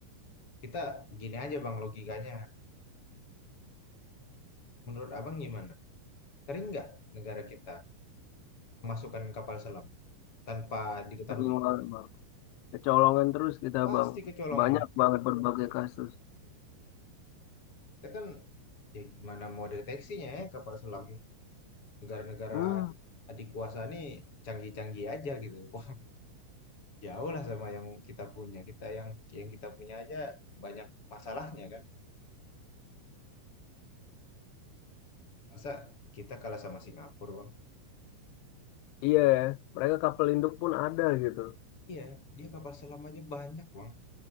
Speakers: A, on the left; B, on the left.
A: Kita gini aja bang logikanya. Menurut abang gimana? Sering nggak negara kita kemasukan kapal selam tanpa diketahui?
B: Sering banget bang. Kecolongan terus kita
A: Pasti
B: bang.
A: kecolongan.
B: Banyak banget berbagai kasus.
A: Kita kan ya gimana mau deteksinya ya kapal selam negara-negara
B: Hmm,
A: adik kuasa nih canggih-canggih aja gitu. <laughs> Wah, jauh lah sama yang kita punya. Kita yang yang kita punya aja banyak masalahnya kan. Masa kita kalah sama Singapura, Bang?
B: iya ya. Mereka kapal induk pun ada gitu.
A: Iya, dia kapal selam aja banyak, Bang.